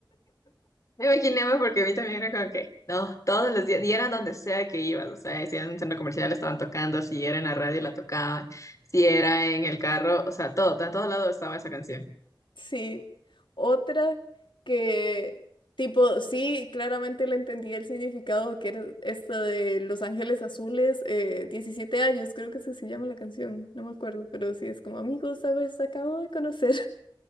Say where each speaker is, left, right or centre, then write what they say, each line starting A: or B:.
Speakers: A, on the left; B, on the left.
A: Me imaginaba porque a mí también era como que, no, todos los días, y era donde sea que ibas, o sea, si era en un centro comercial estaban tocando, si era en la radio la tocaban, si era en el carro, o sea, todo, en todos lados estaba esa canción.
B: sí. Otra que, tipo, sí, claramente le entendía el significado que era esta de Los Ángeles Azules, eh, 17 años, creo que así se llama la canción, no me acuerdo, pero sí es como, amigos, ¿sabes? Acabo de conocer.